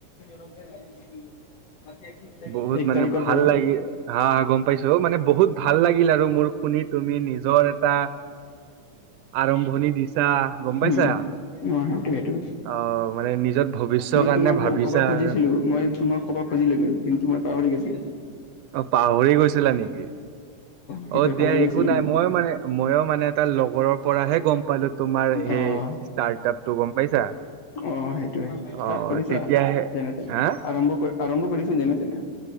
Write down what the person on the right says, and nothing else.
বহুত মানে
ভাল
লাগি হা হা, গম পাইছো মানে বহুত ভাল লাগিল আৰু মোৰ শুনি তুমি নিজৰ এটা আৰম্ভণি দিছা গম পাইছা?
অ' মানে নিজৰ ভৱিষ্যৰ
কাৰণে
ভাবিছা
আৰু
অ পাহৰি গৈছিলা নেকি?
অ দিয়া
একো নাই
ময়ো মানে মইো মানে এটা লগৰৰ পৰাহে গম পালো তোমাৰ- স
ষ্টাৰ্টআপ তটো গম পাইছা-
অ
তেতিয়াহে
হা